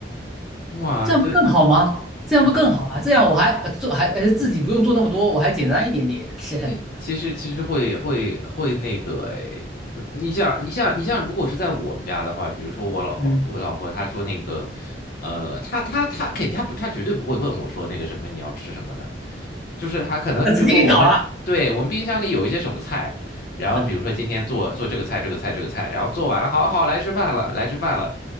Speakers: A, on the left; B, in the centre.
A: 哇，
B: 这样不更好吗？
A: 这
B: 这样不更好啊？
A: 嗯。
B: 这样我还呃做还呃自己不用做那么多，我还简单一点点，<laughs>
A: 这其实其实会会会那个诶，你像你像你像，如果是在我们家的话，比如说我老我老婆她说那个，
B: 嗯。
A: 呃，她她她肯定她不她绝对不会问我说那个什么你要吃什么的，就是她可能你比如说我们对我们冰箱里有一些什么菜，
B: 他直接给你搞了。
A: 然后比如说今天做做这个菜这个菜这个菜，
B: 嗯
A: 然后做完了，好好来吃饭了来吃饭了，